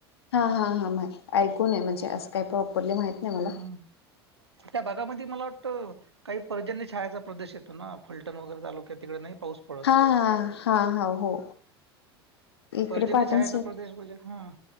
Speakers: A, on the left; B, on the right.
A: हा
B: तिथं
A: हा हा ऐकून आहे म्हणजे असं काही प्रॉपरली माहित नाही मला
B: हम्म त्या भागामध्ये मला वाटत काही पर्जन्य छायाचा प्रदेश येतो ना फलटण वगैरे तालुक्यात तिकडे नाही पाऊस पडत
A: हा हा हा हा हो इकडे
B: पर्जन्य
A: पाटण
B: शाळेचा
A: साईड
B: प्रदेश म्हणजे हा